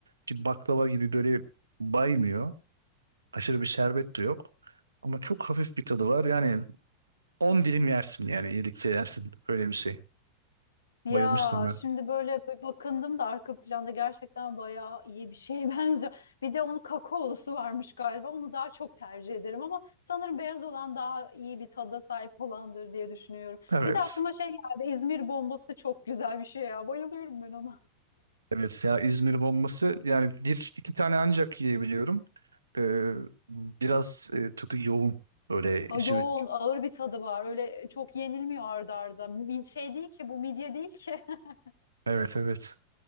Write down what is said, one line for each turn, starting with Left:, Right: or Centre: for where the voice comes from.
Right: ki baklava gibi böyle baymıyor. Aşırı bir şerbet de yok. Ama çok hafif bir tadı var. Yani On dilim yersin yani iyilikçe yersin. Öyle bir şey.
Left: Ya
Right: Bayılmıştım ben.
Left: şimdi böyle bir bakındım da arka planda gerçekten bayağı iyi bir şeye <laughs> benziyor. Bir de onun kakaolusu varmış galiba. Onu daha çok tercih ederim ama sanırım beyaz olan daha iyi bir tada sahip olandır diye düşünüyorum.
Right: Evet.
Left: Bir de aklıma şey geldi. İzmir bombası çok güzel bir şey ya. Bayılıyorum ben ona.
Right: Evet ya İzmir bombası yani bir iki tane ancak yiyebiliyorum. Ee, biraz e, tadı yoğun. Öyle içi.
Left: A, Yoğun, ağır bir tadı var. Öyle çok yenilmiyor arda arda. Mi- Şey değil ki bu midye değil ki. <laughs>
Right: Evet evet.